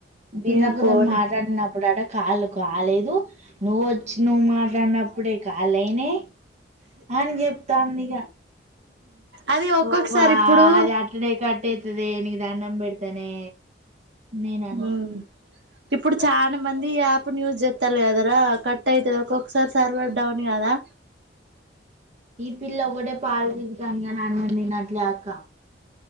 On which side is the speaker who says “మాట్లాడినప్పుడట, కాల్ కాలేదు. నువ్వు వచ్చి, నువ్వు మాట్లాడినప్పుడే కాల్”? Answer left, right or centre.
Right